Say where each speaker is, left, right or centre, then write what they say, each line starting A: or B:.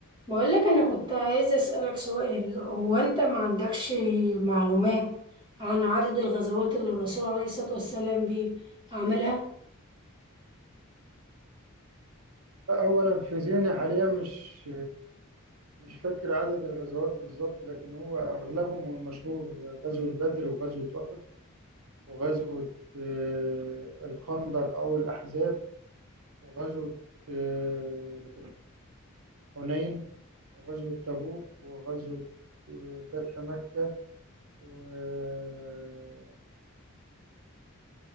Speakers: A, on the right; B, on the right.
A: بقول لك انا كنت عايزه اسالك سؤال هو انت ما عندكش معلومات عن عدد الغزوات اللي الرسول عليه الصلاه والسلام بي- عملها
B: لا هو انا في ذهني حاليا مش مش فاكر عدد الغزوات بالظبط لكن هو اغلبهم والمشهور غزوة بدر وغزوة احد وغزوة آه، الخندق او الاحزاب وغزوة آه، حنين وغزوة تبوك وغزوة آه، فتح مكة وطائف